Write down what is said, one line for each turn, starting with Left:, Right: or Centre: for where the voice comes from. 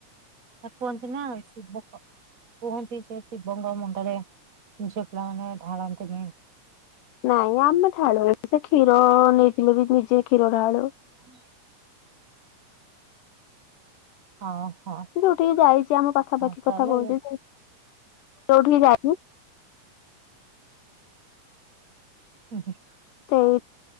Right: କୁହନ୍ତି ନାଁ ସିବ କୁହନ୍ତି ସେ ଶିବଙ୍କ ମୁଣ୍ଡରେ ଝିଅ ପିଲାମାନେ ଢାଳ ନ୍ତିନି।
Left: ନାଇଁ ଆମେ ଢାଳୁ ଏଠି ତ କ୍ଷୀର ନେଇଥିଲୁ ବି ନିଜେ କ୍ଷୀର ଢାଳୁ।
Right: <unintelligible> ହଁ ହଁ
Left: ଯୋଉଠିକି ଯାଇଚି ଆମ ପାଖାପାଖି
Right: ହଁ ତାହେଲେ
Left: କଥା କହୁଚି ଯୋଉଠିକି ଯାଇଚି
Right: <unintelligible>
Left: ସେଇ